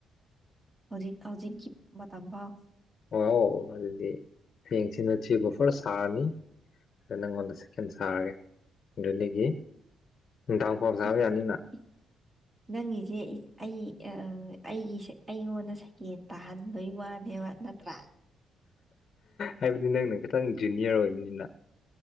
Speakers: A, on the right; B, on the left.
A: ꯍꯧꯖꯤꯛ ꯍꯧꯖꯤꯛꯀꯤ ꯃꯇꯝ ꯐꯥꯎ
B: ꯑꯥꯎ ꯑꯗꯨꯗꯤ ꯍꯌꯦꯡꯁꯤꯅ ꯊ꯭ꯔꯤꯒ ꯐꯔ ꯁꯥꯔꯅꯤ ꯑꯗꯨ ꯅꯪꯉꯣꯟꯗ ꯁꯀꯦꯟ ꯁꯥꯔꯒꯦ ꯑꯗꯨꯗꯒꯤ ꯇꯪ ꯐꯔ ꯁꯕ
A: ꯏꯁ
B: ꯌꯥꯅꯤꯅ
A: ꯏꯁ ꯅꯪꯒꯤꯁꯦ ꯑꯩ ꯑꯩꯒꯤ ꯑꯩꯉꯣꯟꯗ ꯁꯩꯀꯦꯟ ꯇꯥꯍꯟ ꯩ ꯋꯥꯅꯦ ꯋꯥ ꯅꯠꯇ꯭ꯔ
B: ꯍꯥꯏꯕꯗꯤ ꯅꯪꯅ ꯈꯤꯇꯪ ꯖꯨꯅꯤꯌꯔ ꯑꯣꯏꯕꯅꯤꯅ